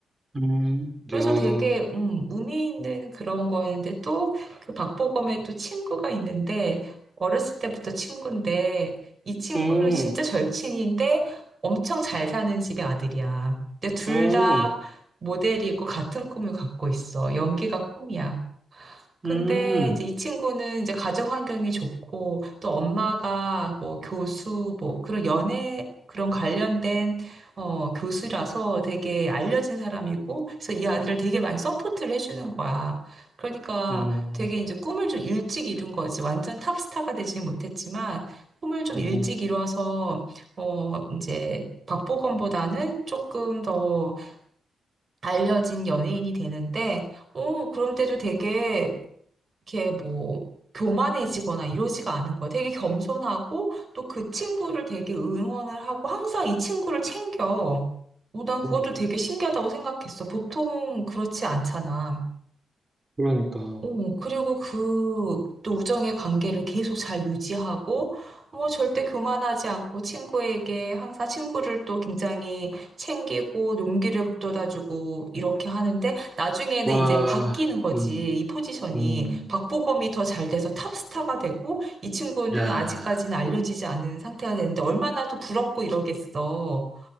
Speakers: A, on the right (about 20°); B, on the right (about 40°).
A: 음,
B: 그래서
A: 야, 음,
B: 되게 음, 의미 있는 그런 거였는데 또 그 박보검의 또 친구가 있는데 어렸을 때부터 친구인데 이 친구는
A: 음,
B: 진짜 절친인데 엄청 잘 사는 집의 아들이야. 근데 둘
A: 음,
B: 다 모델이고 같은 꿈을 갖고 있어. 연기가 꿈이야. 근데
A: 음,
B: 이제 이 친구는 이제 가정 환경이 좋고 또 엄마가 뭐 교수 뭐 그런 연애 그런 관련된 어 교수라서 되게 알려진 사람이고 그래서 이 아들을 되게 많이 서포트를 해주는 거야. 그러니까
A: 음,
B: 되게 이제 꿈을 좀 일찍 이룬 거지. 완전 탑스타가 되지는 못했지만 꿈을 좀
A: 음,
B: 일찍 이뤄서 어 이제 박보검보다는 조금 더 알려진 연예인이 되는데 어 그런데도 되게 이렇게 뭐 교만해지거나 이러지가 않은 거야. 되게 겸손하고 또 그 친구를 되게 응원을 하고 항상 이 친구를 챙겨. 어, 난
A: 음.
B: 그것도 되게 신기하다고 생각했어. 보통 그렇지 않잖아.
A: 그러니까.
B: 어, 그리고 그 또 우정의 관계를 계속 잘 유지하고, 뭐 절대 교만하지 않고 친구에게 항상 친구를 또 굉장히 챙기고 용기를 북돋아주고 이렇게 하는데 나중에는
A: 와,
B: 이제 바뀌는 거지.
A: 음,
B: 이 포지션이
A: 음,
B: 박보검이 더 잘 돼서 탑스타가 되고 이 친구는
A: 야.
B: 아직까지는 알려지지 않은 상태가 되는데 얼마나 더 부럽고 이러겠어.